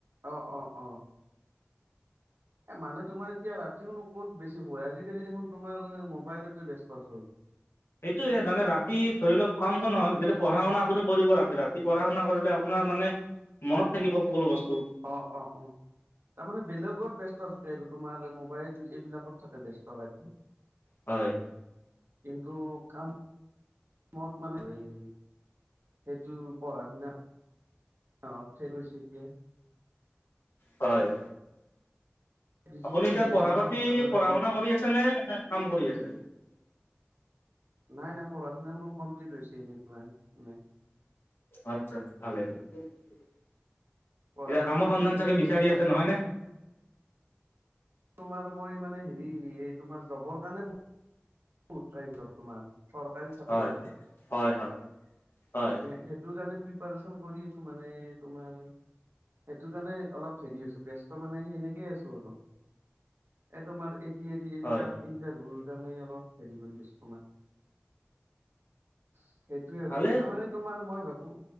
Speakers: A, on the right; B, on the left.
A: অ' অ' অ'। এ মানে তোমাৰ এতিয়া ৰাতিও নো ক'ত বেছি শোৱে, আজিকালি দেখোন তোমাৰ মোবাইলটোতে ব্যস্ত চব।
B: সেইটোৱে মানে ৰাতি ধৰি লওক কাম ক নহয় যেতিয়া পঢ়া শুনা আপুনি কৰিব ৰাতি ৰাতি পঢ়া শুনা কৰিলে আপোনাৰ মানে মনত থাকিব সকলো বস্তু।
A: অ অ অ তাৰমানে বেলেগত ব্যস্ত থাকে, এইটো তোমাৰ মোবাইল এইবিলাকত থাকে ব্যস্ত ৰাতি।
B: হয়।
A: কিন্তু কাম <unintelligible> মানে <unintelligible> সেইটো পঢ়া শুনা অ' <unintelligible>
B: হয়।
A: ডিজিটেল
B: আপুনি এতিয়া
A: হৈ গৈছে
B: পঢ়া
A: ন
B: পাতি
A: তাৰমানে
B: - পঢ়া
A: তোম
B: শুনা কৰি আছে নে, নে কাম কৰি আছে?
A: নাই নাই পঢ়া শুনা মোৰ কমপ্লিট হৈছে এনেকুৱা মানে।
B: আচ্ছা, ভাল লাগিল। এতিয়া
A: পঢ়া শুনা
B: কামৰ
A: মোৰ
B: সন্ধান চাগে
A: একদম
B: বিচাৰি
A: কমপ্লিট
B: আছে নহয়নে?
A: তোমাৰ মই মানে হেৰি এই তোমাৰ জবৰ কাৰণে বহুত ট্ৰাই <unintelligible> তোমাৰ। চৰকাৰী চাকৰি
B: হয়,
A: আৰু
B: হয়, হয়, হয়।
A: এ সেইটো জানে প্ৰিপাৰেচন কৰি আছো মানে তোমাৰ সেটো কাৰণে অলপ হেৰি আছো ব্যচ ত মানে সেনেকে আছো আৰু এ তোমাৰ এ দি এৰি এইবিলাক
B: হয়,
A: ইন্টাৰভূল সেইকাৰণে অলপ হেৰি কৰি আছো তোমাৰ। সেইটোৱে আৰু
B: ভালে
A: তাৰমানে তোমাৰ মই ভাবো,